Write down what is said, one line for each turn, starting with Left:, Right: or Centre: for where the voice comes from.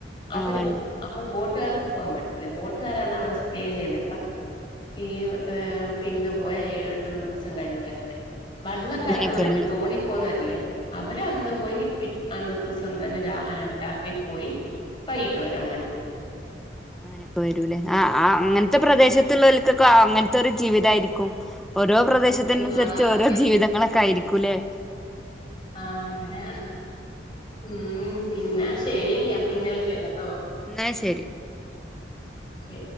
Left: അവര്
Centre: ആഹ് വെള്ളം
Left: പോവും അപ്പ ബോട്ടുകാർക്ക് പോകാൻ പറ്റി അല്ല വോട്ടുകാരാണ് അവിടെ സ്റ്റേ ചെയ്യുന്ന ഇപ്പ ഈയ് ഏങ്ഹ് ഇന്ന് പോയ ഏഴ് എട്ടും ദിവസം കഴിഞ്ഞ് വരണ്ടെ വെള്ളക്കാരന്ന്
Centre: അങ്ങനെയൊക്കെയാണല്ലേ
Left: പറയുമ്പോ ഈ തോണി
Centre: ആ
Left: പോകന്നവരല്ലേ അവര് അന്ന് പോയി പി അന്നത്തെ ദിവസം തന്നെ രാ രാത്രി പോയി വൈയ്യിട്ട് വരും അങ്ങനെ
Centre: അങ്ങനൊക്കെ വരൂലേ ആഹ് ആഹ് അങ്ങനത്തെ പ്രദേശത്തുള്ളവർക്ക <unintelligible> <unintelligible> അങ്ങനത്തെ ഒരു ജീവിതാരിക്കും ഓരോ പ്രദേശത്തിനനുസരിച്ച്
Left: എന്തുവാടാ
Centre: ഓരോ
Left: കേ
Centre: ജീവിതങ്ങളൊക്കെ ആയിരിക്കും കുലേ
Left: ആ അങ്ങനെ ഉം പിന്നെ ശരി ഞാ പിന്നെ വിളിക്കാം കേട്ടോ
Centre: എന്നാ ശരി
Left: ശരി